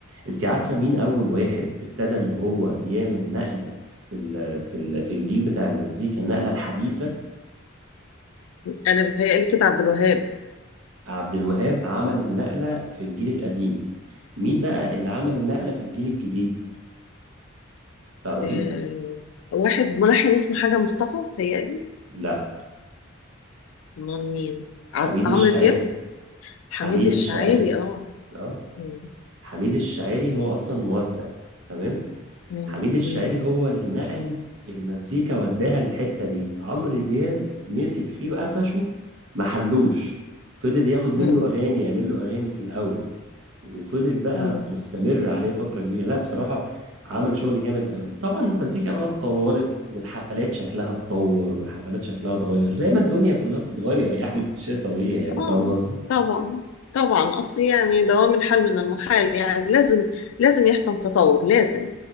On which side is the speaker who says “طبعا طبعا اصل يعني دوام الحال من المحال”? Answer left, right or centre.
Left